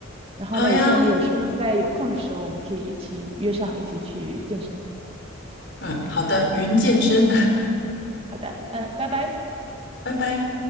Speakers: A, on the right; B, on the left.
A: 然后呢，
B: 好呀，
A: 也希望我们有时在有空的时候，
B: 谢谢。
A: 我们可以一起约上一起去健身。
B: 嗯，好的，云健身，
A: 好的，嗯，拜拜。
B: <laughs> 拜拜。